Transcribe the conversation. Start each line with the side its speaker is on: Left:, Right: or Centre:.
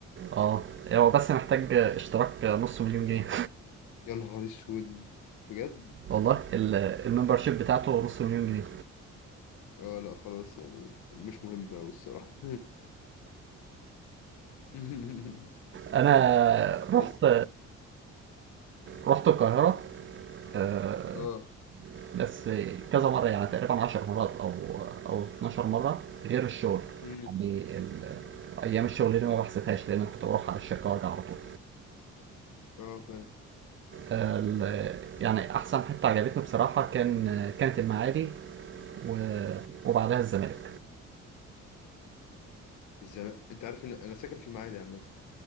Right: اه هو بس محتاج اشتراك نص مليون جنيه
Left: يا نهار اسود بجد
Right: والله ال- الممبرشيب بتاعته نص مليون جنيه
Left: اه لا خلاص يعني مش مهم قوي الصراحة <laughs>
Right: انا رحت
Left: بس
Right: رحت القاهره آه،
Left: اه
Right: بس كذا مرة يعني تقريبا 10 مرات أو أو 12 مرة غير الشغل
Left: امم
Right: يعني ال- أيام الشغل دي ما بحسبهاش لأن كنت بروح على الشركة وأرجع على طول
Left: اه فاهم
Right: ال- يعني أحسن حتة عجبتني بصراحة كان كانت المعادي و- وبعدها الزمالك
Left: الزمالك انت عارف ان انا ساكن في المعادي عامة